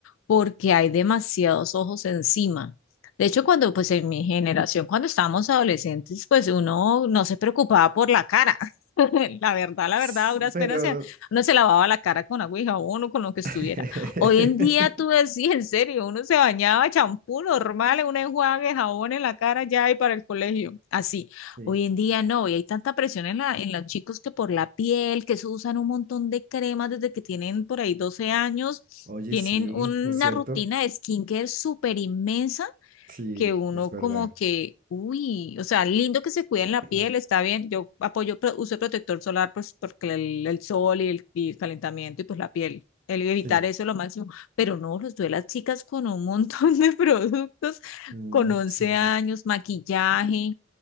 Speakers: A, on the left; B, on the right.
A: porque hay demasiados ojos encima. De hecho, cuando, pues en mi generación, cuando estábamos adolescentes, pues uno no se preocupaba por la cara. <laughs> La verdad, la
B: S-
A: verdad, a duras
B: Pero,
A: penas se- uno se lavaba la cara con agua y jabón o con lo que estuviera.
B: <laughs>
A: Hoy en día tú decís, en serio, uno se bañaba champú normal, un enjuague, jabón en la cara ya y para el colegio. Así.
B: sí,
A: Hoy en día no, y hay tanta presión en la, en los chicos que por la piel, que se usan un montón de cremas desde que tienen por ahí 12 años,
B: oye,
A: tienen
B: sí,
A: una
B: es cierto,
A: rutina de skincare súper inmensa
B: sí,
A: que uno
B: es verdad,
A: como que, uy, o sea, lindo que se cuiden la
B: <clears throat>
A: piel, está bien. Yo apoyo pro- uso de protector solar pues porque el, el sol y el, y el calentamiento y pues la piel, el evitar
B: sí,
A: eso es lo máximo. Pero no, los veo a las chicas con un montón de <laughs> productos,
B: Mm,
A: con once
B: sí,
A: años, maquillaje.